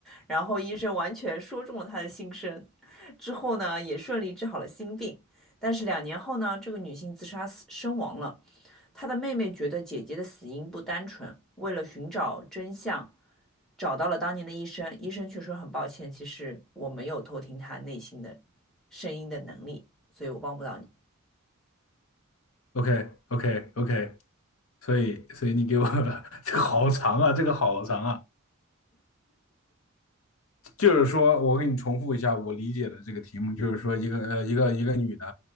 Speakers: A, in the centre; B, on the left.
A: 然后医生完全说中了她的心声。之后呢，也顺利治好了心病。但是两年后呢，这个女性自杀死身亡了。她的妹妹觉得姐姐的死因不单纯，为了寻找真相，找到了当年的医生。医生却说很抱歉，其实我没有偷听她内心的声音的能力，所以我帮不到你。
B: OK OK OK，所以所以你给我 <laughs> 这个好长啊，这个好长啊。就是说，我给你重复一下我理解的这个题目，就是说，一个呃，一个一个女的，